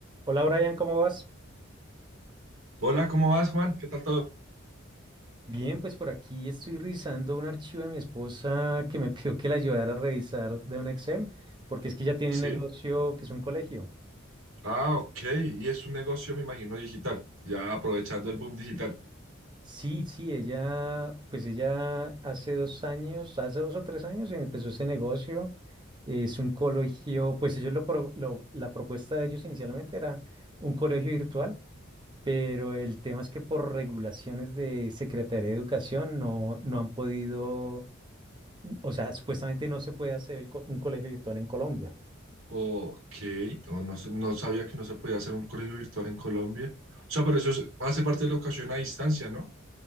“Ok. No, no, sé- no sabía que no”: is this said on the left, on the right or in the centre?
Right